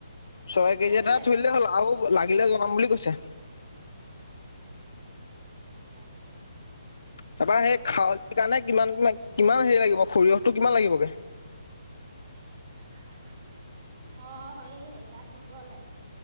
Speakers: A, on the left (about 60°); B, on the right (about 25°).
A: ছয় কেজি
B: সেইটোৱে
A: এান ধৰিলেেই
B: কথা
A: হ'ল আৰু লাগিলে জনাম বুলি কৈছে
B: কোৱা
A: তা পা সেই খাৱলি কাৰণে কিমান কিমান কিমান হেৰি লাগিব সৰিয়হটো কিমান লাগিব
B: ধৰা ব অ' হই হেইয়াত দিব। ঘৰলে